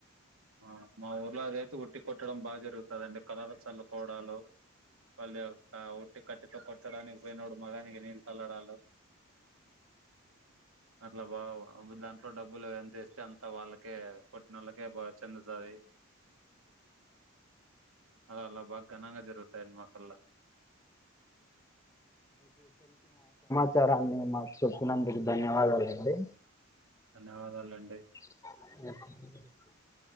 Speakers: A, on the right (about 80°); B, on the left (about 15°).
A: ఆ మా ఊర్లో అదైతే ఉట్టి కొట్టడం బాగా జరుపుతారాడి కలర్ చల్లుకోవడాలు <unintelligible> ఉటి కట్టతో కోటడానిక్ పోయినోడు మగానికి నీళ్ళు తల్లడాలు అట్లా బా దాంట్లో డబ్బులు ఎంతస్తే అంత వాళ్ళకే పుట్టిన వాళ్ళకే బా చెందుతాయి అలా బాగ ఘనంగా జరుగుతాయండి మా పిల్ల
B: విచారాన్ని మాకు చెప్పిననందుకు ధన్యవాదాలు అండి
A: ధన్యవాదాలు అండి
B: అ